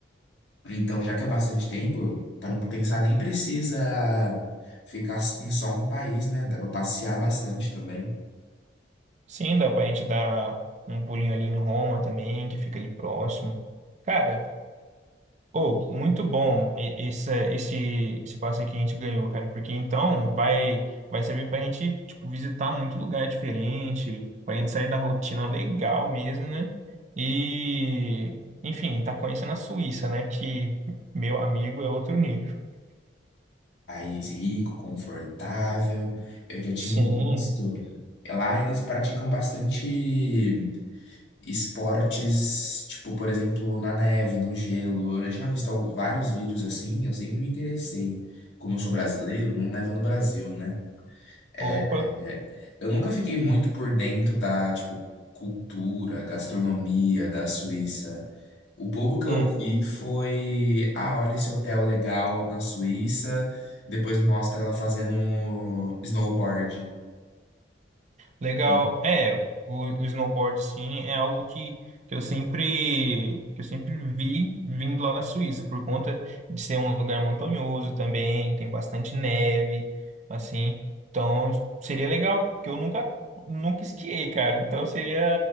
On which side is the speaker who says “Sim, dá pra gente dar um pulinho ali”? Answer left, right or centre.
Right